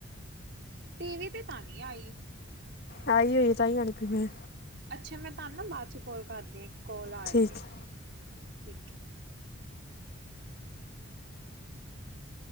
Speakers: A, on the right; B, on the left.
A: ਟੀਵੀ, ਤੇ ਤਾਂ ਨੀ ਆਈ।
B: ਆਈ ਹੋਈ, ਤਾਂ ਹੀ ਆ <unintelligible> ਮੈਂ।
A: ਅੱਛਾ, ਮੈਂ ਤਾਨੂੰ ਨਾ ਬਾਦ ਚ ਕੋਲ ਕਰਦੀ ਆਂ ਇਕ ਕੋਲ ਆ
B: ਠੀਕ
A: ਰੀ ਏ, ਠੀਕ। ਹੈ। <inaudible>